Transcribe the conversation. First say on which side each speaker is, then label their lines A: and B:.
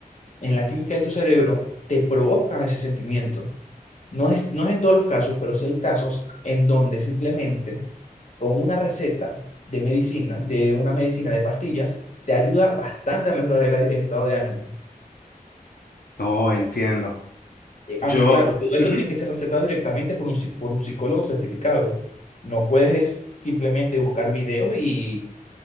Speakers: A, on the left; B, on the left.
A: en la química de tu cerebro, te provoca ese sentimiento. No es, no es en todos los casos, pero sí hay casos en donde simplemente con una receta de medicina, de una medicina de pastillas, te ayuda bastante a mejorar el, el estado de ánimo.
B: No entiendo.
A: Eh,
B: Yo,
A: Aunque claro, todo eso
B: ujú,
A: tiene que ser recetado directamente por un, psi- por un psicólogo certificado. No puedes es simplemente buscar videos y